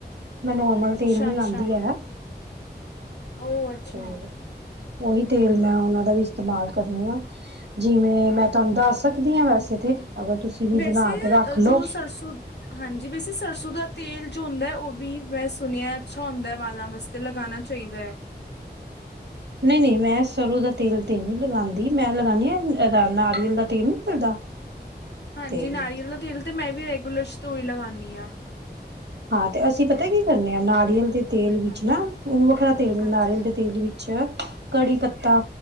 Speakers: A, on the right; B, on the left.
A: ਮੈਂ ਨੋਰਮਲ
B: ਅੱਛਾ
A: ਤੇਲ ਨੀ
B: ਅੱਛਾ
A: ਲਾਂਦੀ ਹੈ
B: ਉਹ ਅੱਛਾ
A: ਤੇ ਉਹੀ ਤੇਲ ਮੈਂ ਉਹਨਾਂ ਦਾ ਵੀ ਇਸਤੇਮਾਲ ਕਰੀ ਹਾਂ। ਜਿਵੇਂ ਮੈਂ ਤੁਹਾਨੂੰ ਦੱਸ ਸਕਦੀ ਹਾਂ ਵੈਸੇ ਤੇ ਅਗਰ ਤੁਸੀਂ ਵੀ
B: ਵੈਸੇ
A: ਬਣਾ ਕੇ ਰੱਖ
B: ਅ, ਜੋ
A: ਲਓ।
B: ਸਰਸੋਂ ਹਾਂਜੀ ਵੈਸੇ ਸਰਸੋਂ ਦਾ ਤੇਲ ਜੋ ਹੁੰਦਾ ਹੈ ।ਉਹ ਵੀ ਮੈਂ ਸੁਣਿਆ ਅੱਛਾ ਹੁੰਦਾ ਵਾਲਾਂ ਵਾਸਤੇ ਲਗਾਉਣਾ ਚਾਹੀਦਾ ਹੈ।
A: ਨਹੀਂ ਨਹੀਂ ਮੈਂ ਸਰ੍ਹੋਂ ਦਾ ਤੇਲ ਤੇ ਨਹੀ ਲਗਾਉਂਦੀ ਮੈਂ ਲਗਾਉਂਦੀ ਹਾਂ ਇਹਦਾ ਨਾਰੀਅਲ ਦਾ ਤੇਲ ਨਹੀ ਮਿਲਦਾ।
B: ਹਾਂਜੀ।
A: ਤੇ
B: ਨਾਰੀਅਲ ਦਾ ਤੇਲ ਤੇ ਮੈਂ ਵੀ ਰੈਗੂਲਰ ਤੋਂ ਹੀ ਲਗਾਉਂਦੀ ਹਾਂ।
A: ਹਾਂ ਤੇ ਅਸੀਂ ਪਤਾ ਕੀ ਕਰਨੇ ਆਾਂ ਨਾਰੀਅਲ ਦੀ ਤੇਲ ਵਿੱਚ
B: ਹਾਂਜੀ
A: ਨਾ ਉਹਨੂੰ ਵੱਖਰਾ ਤੇਲ ਮ
B: ਹਾਂਜੀ
A: ਨਾਰੀਅਲ ਦੇ ਤੇਲ ਵਿੱਚ ਕੜੀ ਪੱਤਾ